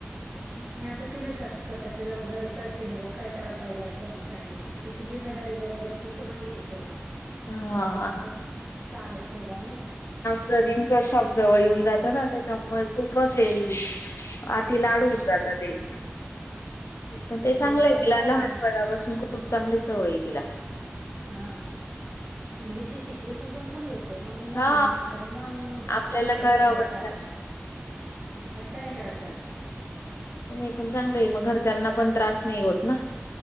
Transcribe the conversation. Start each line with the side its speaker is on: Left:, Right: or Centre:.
Right: नाही आता तिला स्वतःची जबाबदारी कळते ना बघ काय करायला पाहिजे आपण काय नाही. तिची जिम्मेदारी बरोबर ती करून घेते पूर्ण.
Left: हा
Right: कुणाला बोलण्यापत चालत नाही बुआ नाही का.
Left: तिचं नेमकं शॉप जवळ येऊन जातो ना त्याच्यामुळे खूपच येईल. किती लाड
Right: हा
Left: होऊन जातात ते. पण ते चांगलं
Right: तिला
Left: आहे
Right: तर काय
Left: लहानपणापासून खूप चांगली सवय तिला.
Right: हा म्हणजे ती सिच्युएशन समजून घेत. तेव्हा मी
Left: हा
Right: नाहीे तर मग जास्त
Left: आपल्याला
Right: हट्ट नाही
Left: करावंच
Right: करायचा.
Left: लागेल.
Right: हट्ट नाही करत जास्त.
Left: नाही पण चांगलं आहे मग घरच्यांना पण त्रास नाही होत ना